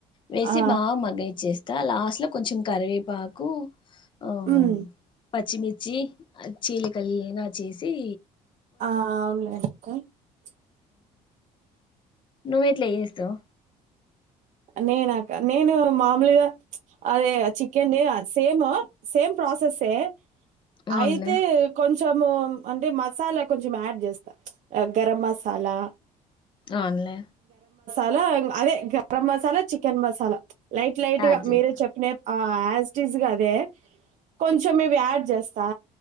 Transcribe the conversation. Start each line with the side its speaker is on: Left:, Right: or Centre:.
Left: వేసి
Right: ఆ!
Left: బాగా మగ్గనిచ్చేస్ త లాస్ట్ కొంచం కరివేపాకు ఆ
Right: మ్మ్
Left: పచ్చిమిర్చి చీలికల్గా చేసి
Right: ఆఆ అవులే <unintelligible>
Left: నువ్ ఎట్ల చేస్తావ్
Right: నేనాక నేను మామూలుగా అదే చికెన్ సేమ్ సేమ్ ప్రాసెసే
Left: అవునులే
Right: అయితే కొం చెము అంటే మసాలా కొంచం యాడ్ చేస్తా గరం మసాలా
Left: అవున్లే
Right: అలా అదే ఇంకా garam masala, chicken masala light light
Left: యాడ్
Right: గా
Left: చేస్తాం
Right: మీరే చెప్పిన ఆ ఆస్టీస్గా అదే కొంచమే వ్యాడ్ జస్ త్సా